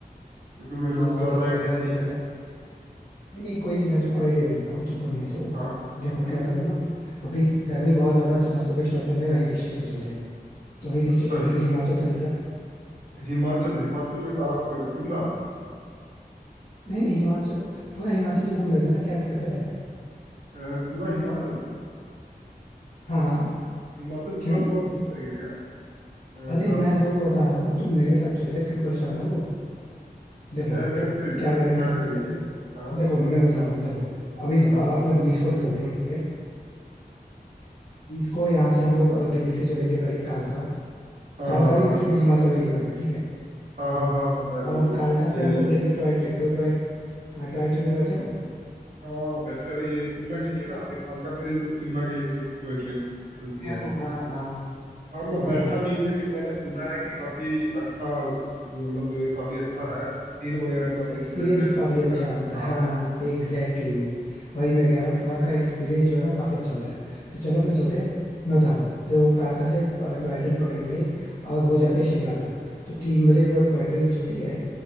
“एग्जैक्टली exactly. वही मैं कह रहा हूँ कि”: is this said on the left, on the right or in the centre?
Left